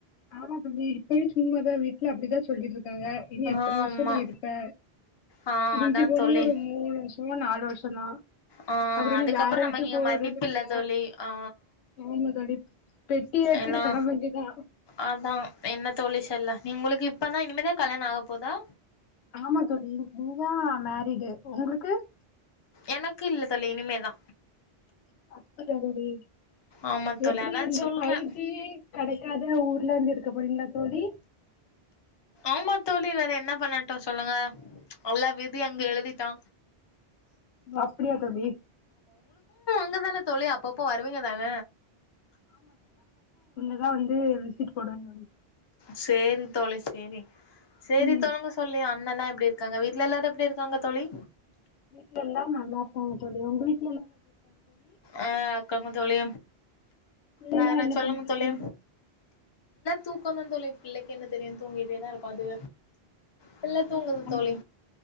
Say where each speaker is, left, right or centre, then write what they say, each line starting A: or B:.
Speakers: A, on the left; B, on the left.
A: ஆமா தோழி இப்பவே சும்மாதா வீட்ல அப்டிதா சொல்லிட்ருக்காங்க இனி எத்தன
B: ஆமா
A: வருஷோ நீ இருப்பே
B: ஆ
A: மிஞ்சு
B: அதா
A: போனா
B: தோழி
A: ஒரு மூணு வருஷமோ நாலு வருஷோ தா
B: ஆ
A: அப்பறோ
B: அதுக்கப்புறம்
A: நீ வேற
B: நமக்கு
A: வீட்டுக்கு
B: இங்க
A: போற
B: மதிப்பு
A: வேண்டிய
B: இல்ல
A: பிள்ள
B: தோழி ஆ
A: ஆமா தோழி பெட்டி எடுத்துட்டு
B: எல்லா
A: கெளம்ப வேண்டிதா
B: அதா என்ன தோழி சொல்ல உங்களுக்கே இப்பதா இனிமேதா கல்யாணம் ஆகப் போதா
A: ஆமா தோழி நியூவா மேரிடு உங்களுக்கு
B: எனக்கு இல்ல தோழி இனிமேதா
A: <unintelligible>
B: ஆமா தோழி
A: எப்டி
B: அதா
A: இந்த
B: சொல்றே
A: ஃபைட்டு கெடைக்காத ஊரு உள்ள இருந்து எடுக்க போறிங்களா தோழி
B: ஆமா தோழி வேற என்ன பண்ணட்டு சொல்லுங்க அவ்ளா விதி அங்க எழுதிட்டா
A: அப்டியா தோழி
B: இங்கதான தோழி அப்பப்போ வருவீங்க தான
A: ல்லா வந்து <unintelligible>
B: சேரி தோழி செரி செரி
A: ம்
B: தோங்க சொல்லியாம் அண்ணல்லா எப்பிடி இருக்கா வீட்ல எல்லாரு எப்பிடி இருக்காங்க தோழி
A: வீட்ல எல்லாரு நல்லாருக்காங்க தோழி உங்க வீட்
B: ஆ காங்க தோழி
A: பிள்ளைல்லா
B: வேற
A: என்ன
B: சொல்லுங்க
A: பண்ணுது
B: தோழி தூக்கோ தா தோழி பிள்ளைக்கு என்ன தெரியூ தூங்கிட்டே தா இருக்கூ அது பிள்ள தூங்குது
A: ஆமா
B: தோழி